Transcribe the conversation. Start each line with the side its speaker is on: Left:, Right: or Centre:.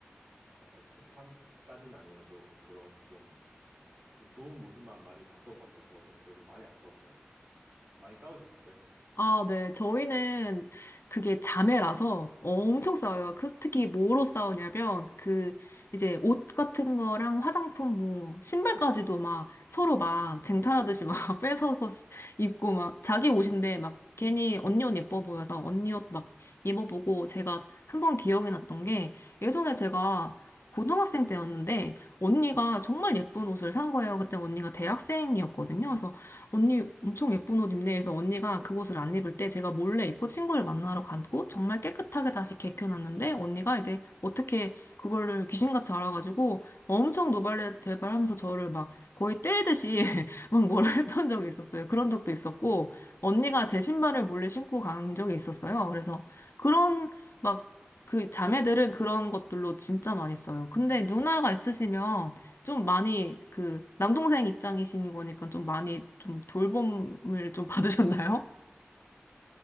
Right: 어, 애틋함까진 아니어도 그런 좀 하여튼 좋은 모습만 많이 봤던 것 같아요, 서로. 그래서 많이 안 싸웠어요. 많이 싸우셨었어요?
Left: 아, 네. 저희는 그게 자매라서 엄청 싸워요. 그- 특히 뭐로 싸우냐면, 그, 이제 옷 같은 거랑 화장품, 뭐, 신발까지도 막 서로 막 쟁탈하듯이 막 <laughs> 뺏어서 입고 막 자기 옷인데 막 괜히 언니 옷 예뻐 보여서 언니 옷 막 입어보고 제가 한번 기억이 났던 게 예전에 제가 고등학생 때였는데 언니가 정말 예쁜 옷을 산 거예요. 그때 언니가 대학생이었거든요. 그래서 언니 엄청 예쁜 옷 입네 해서 언니가 그 옷을 안 입을 때 제가 몰래 입고 친구를 만나러 갔고 정말 깨끗하게 다시 개켜놨는데 언니가 이제 어떻게 그거를 귀신같이 알아가지고 엄청 노발대발하면서 저를 막 거의 때리듯이 <laughs> 막 뭐라 했던 적이 있었어요. 그런 적도 있었고 언니가 제 신발을 몰래 신고 간 적이 있었어요. 그래서 그런 막 그 자매들은 그런 것들로 진짜 많이 써요. 근데 누나가 있으시면 좀 많이 그 남동생 입장이신 거니까 좀 많이 좀 돌봄을 좀 <laughs> 받으셨나요?